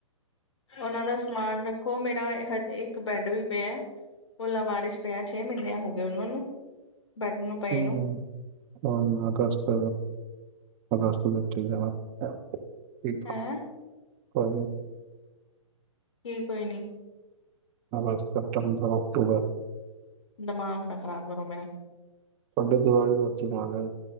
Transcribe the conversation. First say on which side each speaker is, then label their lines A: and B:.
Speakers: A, on the left; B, on the right.
A: ਓਨਾਂ ਦਾ ਖੋ ਮੇਰਾ ਹਜੇ ਇੱਕ ਬੈਡ ਵੀ ਪਿਆ ਐ, ਓ ਲਾਵਾਰਿਸ ਪਿਆ ਛੇ ਮਹੀਨੇ ਹੋ ਤੇ ਉਨਾਂ ਨੂੰ ਬੈਡ ਨੂੰ ਪਏ
B: <unintelligible>
A: ਨੂੰ
B: ਹੁਣ ਅਗਸਤ ਅਗਸਤ ਵਿੱਚ ਚਲੀ ਜਾਨਾ <unintelligible> ਠੀਕ
A: ਹੈਂ
B: ਕੋਈ ਨੀ।
A: ਕੀ ਕੋਈ ਨੀ।
B: ਅਗਸਤ, ਸੈਪਟਂਬਰ, ਅਕਟੋਬਰ।
A: ਦਮਾਗ ਨਾ ਖ਼ਰਾਬ ਕਰੋ ਮੇਰਾ।
B: ਤੁਆਡੀ ਦੀਵਾਲੀ ਵੀ ਉੱਥੇ ਮਨਾਲਾਂਗੇ।